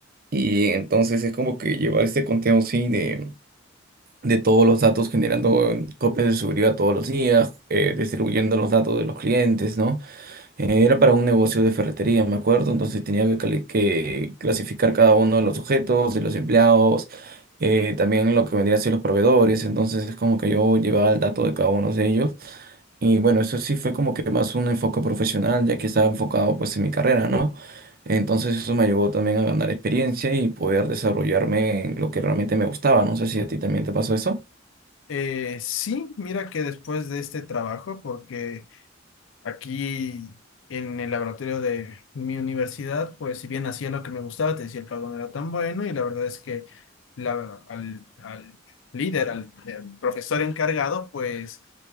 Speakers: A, on the right; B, on the left.
A: Y entonces es como que llevar este conteo, sí, de de todos los datos, generando eh, copias de seguridad todos los días, eh, distribuyendo los datos de los clientes, ¿no? Eh, era para un negocio de ferretería, me acuerdo, entonces tenía que, cali- que clasificar cada uno de los sujetos y los empleados, eh, también lo que vendrían a ser los proveedores, entonces es como que yo llevaba el dato de cada uno de ellos. Y bueno, eso sí fue como que más un enfoque profesional, ya que estaba enfocado pues en mi carrera, ¿no? Entonces eso me ayudó también a ganar experiencia y poder desarrollarme en lo que realmente me gustaba. No sé si a ti también te pasó eso.
B: Eh, sí, mira que después de este trabajo, porque Aquí en el laboratorio de mi universidad, pues si bien hacía lo que me gustaba, te decía el pago no era tan bueno y la verdad es que la, al, al líder, al, al profesor encargado, pues